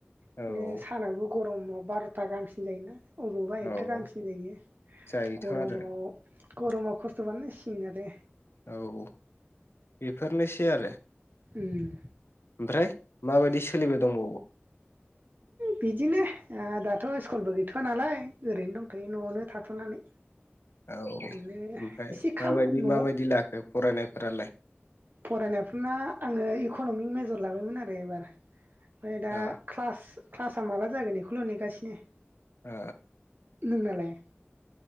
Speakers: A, on the left; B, on the right.
A: औ
B: बिदिनो सानाबो गरमाव बार'था गाहामसिन जायोना अबावबा
A: औ
B: एकथा गाहामसिम जायो
A: जायोथ'
B: गरमाव
A: आरो
B: गरमाव खस्थ'बानो सिं आरो
A: औ बेफोरनोसै सै आरो
B: ओम
A: ओमफ्राय माबायदि सोलिबाय दंबावो
B: बिदिनो ओ दाथ' स्कुलबो गैथ'आ नालाय ओरैनो दंथ'यो न'आवनो थाथ'नानै
A: औ ओमफ्राय
B: ओरैनो एसे खाम
A: माबायदि
B: न'
A: माबायदि लाखो फरायनायफोरालाय
B: फरायनायफोरना आङो इक'न'मिक मेजर लाबायमोन आरो एबार ओमफाय दा
A: ओ
B: क्लास क्लासा माला जागोन इखौल' नेगासिनो
A: ओ
B: नोंनालाय